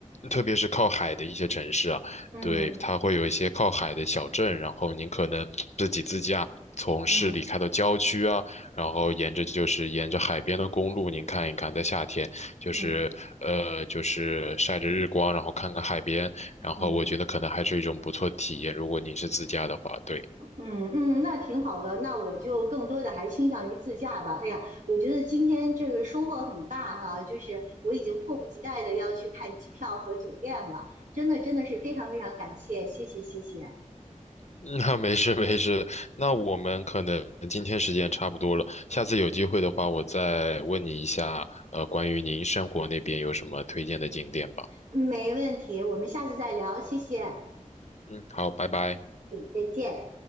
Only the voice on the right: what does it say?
嗯
嗯
嗯
嗯
嗯嗯，那挺好的。那我就更多的还倾向于自驾吧。哎呀，我觉得今天这个收获很大哈，就是我已经迫不及待的要去看机票和酒店了。真的真的是非常非常感谢，谢谢谢谢，
没问题，我们下次再聊，谢谢，哎，
再见。